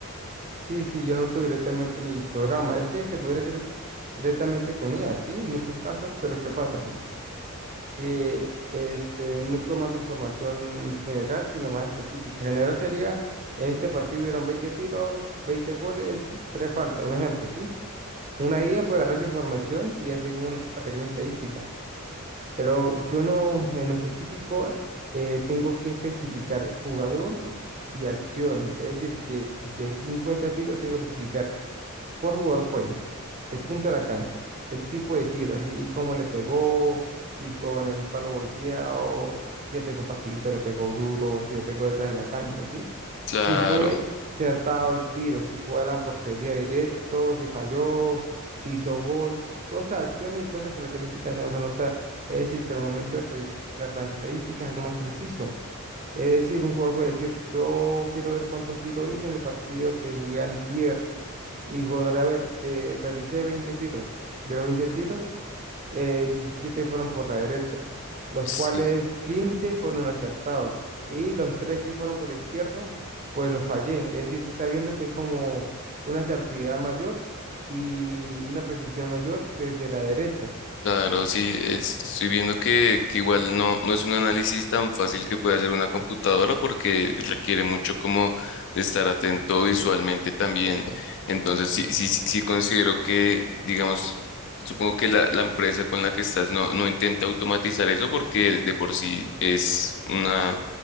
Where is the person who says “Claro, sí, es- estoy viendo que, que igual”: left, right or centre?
Left